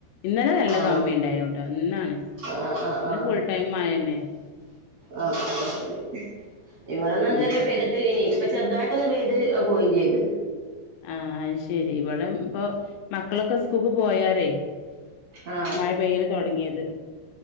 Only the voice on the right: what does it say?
ആ
ആ ആ ആ
ആ ആ ശരി. ഇവിടൊന്നും
ഇതുവരെ പെയ്തിട്ടില്ലേനി ഇപ്പ ചെറുതായിട്ടൊന്ന് പെയ്ത് അത് പോയിം ചെയ്ത്
ആ